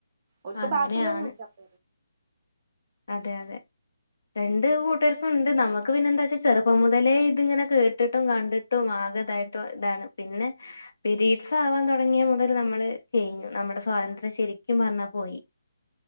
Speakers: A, on the right; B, on the left.
A: ഓൽക്ക്
B: അങ്ങനെയാണ്.
A: ബാക്കില്ലേ നോക്ക്യാപ്പ
B: അതെ അതെ രണ്ട് കൂട്ടർക്കും ഉണ്ട് നമ്മുക്ക് പിന്നെ എന്താ വച്ചാ ചെറുപ്പം മുതലേ ഇതിങ്ങനെ കേട്ടിട്ടും കണ്ടിട്ടും തായിട്ട് ഇതാണ് പിന്നെ പിരീട്സ് ആവാൻ തുടങ്ങിയ മുതൽ നമ്മള് കഴിഞ്ഞു നമ്മുടെ ശരിക്കും പറഞ്ഞാ പോയി